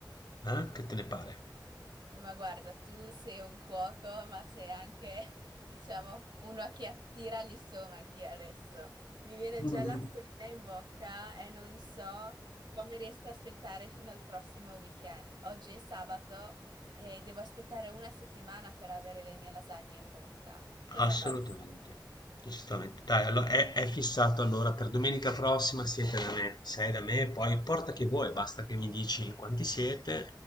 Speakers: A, on the left; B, on the right.
A: Eh, che te ne pare?
B: Ma guarda, tu sei un cuoco, ma sei anche, <laughs> diciamo, uno che attira gli stomachi adesso. Mi viene
A: Mm.
B: già l'acquolina in bocca e non so come riesco a aspettare fino al prossimo weekend. Oggi è sabato e devo aspettare una settimana per avere le mie lasagne in bocca. Cosa
A: Assolutamente,
B: farò?
A: assolutamente. Dai, allo è è fissato allora per domenica prossima siete da me, sei da me, poi porta che vuoi, basta che mi dici in quanti siete